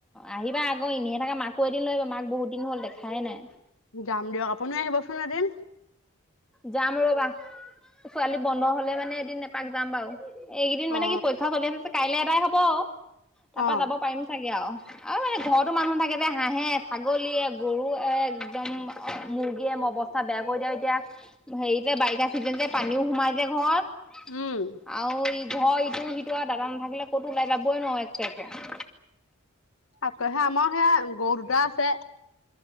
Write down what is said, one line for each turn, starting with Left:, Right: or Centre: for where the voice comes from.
Centre: আহিবা আক এনেহে থাকা মাকো এদিন লৈ আহিবা মাক বহুত দিন হ'ল দেখাই নাই
Left: যাম দিয়ক আপুনিও আহিবচোন এদিন
Centre: যাম ৰবা ছোৱালী বন্ধ হলে মানে এদিন এপাক যাম বাৰু এইকেইদিন মানে
Left: অ
Centre: কি পৰীক্ষা চলি আছে কাইলে এদাই হব তাৰ পৰা
Left: অ
Centre: যাব পাৰিম চাগে আও আৰু মানে ঘৰতো মানুহ নাথাকে যে হাঁহে ছাগলীয়ে গৰু একদম মুৰ্গীয়ে অৱস্থা বেয়া কৰি দিয়ে এতিয়া হেৰি যে বাৰিষা চিজন যে পানীও সোমাই যে ঘৰত
Left: উম
Centre: আও ই ঘৰ ইটো সিটো আৰু দাদা নাথাকিলে ক'তো ওলাই যাবই নোৱাৰো একেবাৰে
Left: তাকেহে আমাৰ সেয়া গৰু দুটা আছে